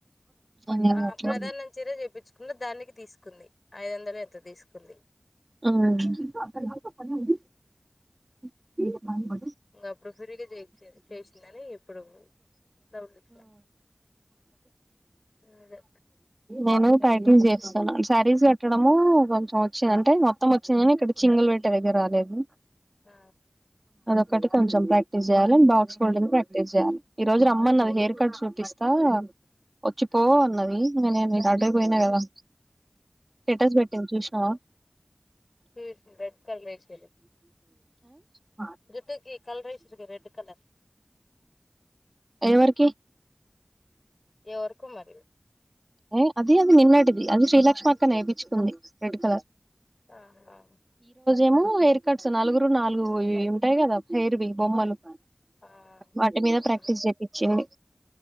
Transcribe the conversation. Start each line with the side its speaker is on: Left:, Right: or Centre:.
Right: నేనేం
Left: ఆ
Right: అట్లా
Left: ప్రధానం చీర చేపించుకున్న దానికి తీసుకుంది ఐదు వందలు ఎత్త తీసుకుంది
Right: మ్మ్ మ్మ్
Left: ఇంగప్పుడు ఫ్రీగా చేయిచ్చేది చేసిందని ఇప్పుడు డౌట్ ఇట్లా అదే
Right: నేను టైటింగ్ చేస్తున్నా శారీస్ కట్టడం కొంచెం వచ్చిందండి అంటే మొత్తం వచ్చిందని కాని ఇక్కడ చింగల్ పెట్టే దగ్గర రాలేదు
Left: ఆ
Right: ఒకటి కొంచెం ప్రాక్టీస్ చేయాలి అం బాక్స్ బోలింగ్ ప్రాక్టీస్ చేయాలి ఈ రోజు రమ్మన్నది హెయిర్ కట్ చూపిస్తా వచ్చి పో అన్నది ఇంక నేను అడ పోయినా కదా స్టేటస్ పెట్టింది చూసినావా
Left: చూసిన రెడ్ కలర్ ఏసిర్రు
Right: ఆ
Left: జుట్టుకి కలర్ ఏసిన్రు రెడ్ కలర్
Right: ఎవరికి
Left: ఎవరుకు మరి
Right: ఏ అద అది నిన్నటిది అది శ్రీలక్ష్మి అక్క నేపించుకుంది రెడ్ కలర్
Left: ఆహా
Right: ఏమో హెయిర్ కట్స్ నలుగురు నాలుగు ఉంటాయి కదా హెయిర్వి బొమ్మలు
Left: ఆ
Right: వాటి మీద
Left: అవును
Right: ప్రాక్టీస్ చేపించింది